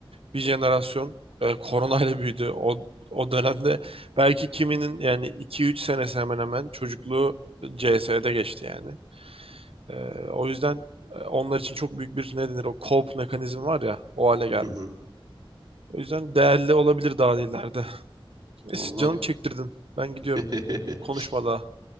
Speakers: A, on the right; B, on the right.
A: bir jenerasyon e, koronayla büyüdü. O, o dönemde belki kiminin yani iki üç senesi hemen hemen çocukluğu CS'de geçti yani. E, o yüzden e, onlar için çok büyük bir ne denir o cope mekanizmi var ya o hale geldi.
B: <laughs>
A: O yüzden değerli olabilir daha ileride. Neyse
B: Vallahi
A: canım çektirdin. Ben gidiyorum.
B: bi-
A: Konuşma
B: <laughs>
A: daha.